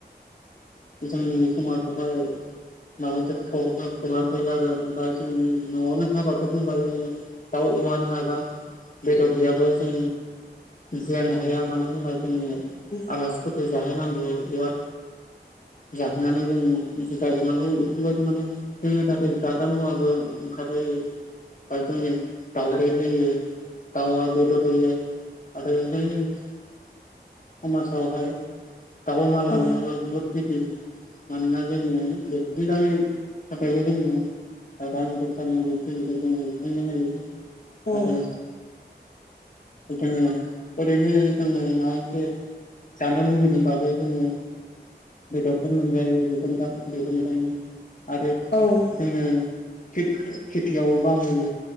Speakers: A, on the left; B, on the left.
A: जोंनि समाजावहाय माबा मोनसे प-प्रग्राम फोर जागोन बा जोंनि न'आवनो हाबाफोर दंबा जोङो दाउ अमा नङाबा बेदर गैयाबा जों जुवानो हाया मानो होनबा। जोंनो
B: औ
A: आलासिफोरखौ जाहोनांगौ एबा जाहोनानै जों बुजाय हरनांगौ इफोरबायदि माने जोंनि दा जाग्रा मुवाबो ओंखारो बा जोंनि दावदै होयो। दाउआ बेदद होयो। आरो जोंनि समाजावहाय दाउ माल
B: औ
A: लानायाबो बहुत गिदिर मानोना जोङो बेसिनि थाखै थाखायबो जोङो रां रुफा नांगौखिनिखौ जोङो सुफुंनो हायो।
B: औ
A: आरो <unintelligible> ओरैनो जोंङो माबा मोनसे जानो लुबैदोंबाबो जोङो बेदरफोर मोनजायो बेफोरनि थाखाय बेफोरनिफ्रायनो आरो
B: औ
A: जोङो खेथियावबो बाहायो